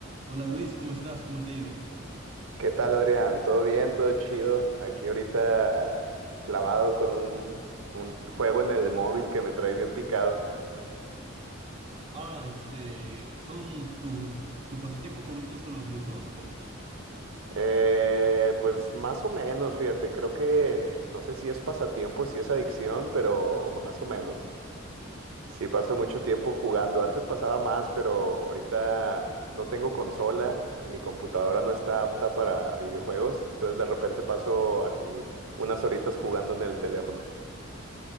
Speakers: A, on the right (about 30°); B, on the right (about 80°).
A: Hola Luis, ¿cómo estás? ¿Cómo te ha ido?
B: ¿Qué tal, Adrián? ¿Todo bien? ¿Todo chido? Aquí ahorita clavado con un, un juego en el móvil que me trae bien picado.
A: Ah, este, ¿son tus tu pasatiempos favoritos son los videojuegos o cómo?
B: Eh, pues más o menos, fíjate, creo que no sé si es pasatiempo, si es adicción, pero más o menos. Sí paso mucho tiempo jugando. Antes pasaba más, pero ahorita no tengo consola y mi computadora no está apta para videojuegos. Entonces de repente paso así unas horitas jugando en el teléfono.